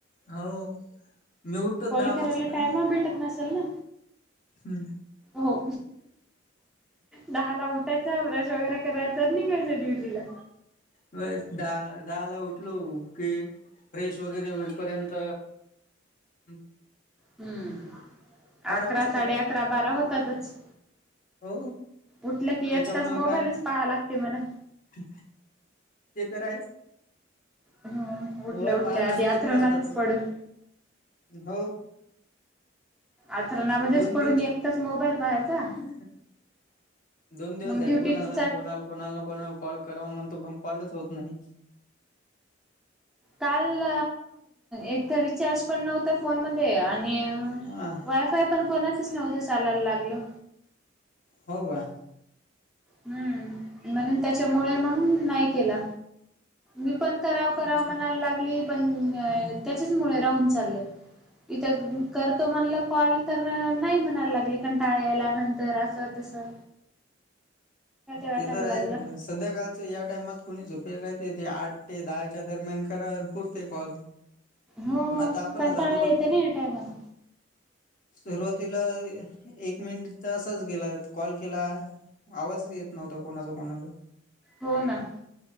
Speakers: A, on the left; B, in the centre.
A: हो. मी उठतो
B: कॉल
A: दहा
B: करायला
A: वाजता
B: टाईम भेटत नसेल ना.
A: हम्म.
B: हो दहा ला उठ कसं आहे, ब्रश वगैरे करायचं, निघायचं ड्युटीला
A: होय, दहाला उठलो की फ्रेश वगैरे होईपर्यंत हम
B: हम्म अकरा,
A: वाजतात.
B: साडे अकरा, बारा होतातच.
A: हो
B: उठल की
A: त्याच्यामुळं
B: एक तास मोबाईलच
A: काय
B: पाहा लागते म्हणा.
A: <inaudible> ते तर आहेच.
B: ह उठल्या
A: मोबाईल
B: उठल्या
A: पाहण्यात
B: आधी आथरणातच
A: एक तास जातो.
B: पडून
A: हो
B: आथरणामध्येच
A: दोन
B: पडून
A: दिवस
B: एकटंच मोबाईल पाहायचा.
A: <inaudible> दोन दिवस
B: मग
A: झाले,
B: ड्युटीचा
A: कोणाला ना कोणाला कॉल करावं म्हणतो, पण कॉलच होत नाहीत. <inaudible>
B: काल एक तर रिचार्ज पण नव्हतं फोनमध्ये आणि
A: हा
B: वाय-फाय पण कोणाचंच नव्हतं, चालायला लागलं.
A: हो का?
B: हम्म, म्हणून त्याच्यामुळे मग नाही केला मी पण करावं-करावं
A: अच्छा.
B: म्हणायला लागली, पण
A: हम्म
B: राहून चाल, इथं करतो कॉल तर नाही मानलं. याला लागलं कंटाळा यायला, नंतर असं तसं. वाटायला
A: ते तर आहे.
B: लागलं
A: संध्याकाळच्या या टाइमात कोणीतरी झोपेत राहते. ते आठ ते दहाच्या दरम्यान करालपुरते कॉल.
B: हो,
A: आता आपणच
B: कंटाळा
A: अदोगर
B: येतो ना या टाइमाला.
A: सुरुवातीला एक मिनिट तर असंच गेलं, कॉल केला. आवाजच येत नव्हता कोणाचा कोणाला ही.
B: हो ना